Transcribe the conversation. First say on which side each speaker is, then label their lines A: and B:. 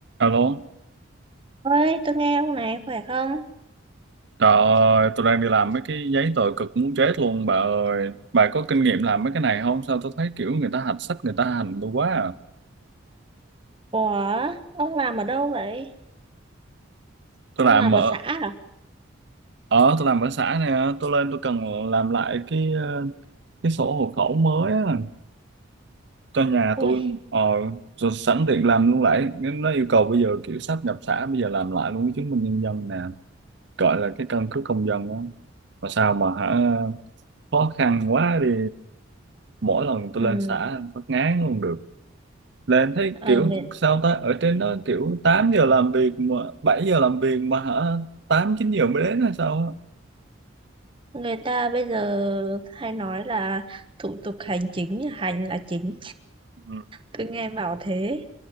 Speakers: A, on the right; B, on the right.
A: Alo,
B: Ơi, tôi nghe ông này khỏe không?
A: trời ơi, tôi đang đi làm mấy cái giấy tờ cực muốn chết luôn bà ơi. Bà có kinh nghiệm làm mấy cái này không? Sao tôi thấy kiểu người ta hạch sách, người ta hành tôi quá à.
B: Ủa, ông làm ở đâu vậy?
A: Tôi
B: Ông
A: làm
B: làm
A: ở,
B: ở xã à?
A: ở tôi làm ở xã này, á, tôi lên tôi cần làm lại cái ờ, cái sổ hộ khẩu mới á, cho nhà
B: Ui,
A: tôi. Ờ, rồi sẵn tiện làm luôn lại. Nó yêu cầu bây giờ kiểu sắp nhập xã, bây giờ làm lại luôn cái chứng minh nhân dân nè. Gọi là cái căn cước công dân á. Mà sao mà hả, khó khăn quá đi. Mỗi lần
B: ừ,
A: tôi lên xã phát ngán luôn được. là em thấy
B: ờ,
A: kiểu
B: người,
A: sao ta ở trên đó kiểu 8 giờ làm việc mà 7 giờ làm việc mà hả 8 9 giờ mới đến hay sao á
B: người ta bây giờ hay nói là thủ tục hành chính, hành là chính.
A: ừ,
B: Tôi nghe bảo thế,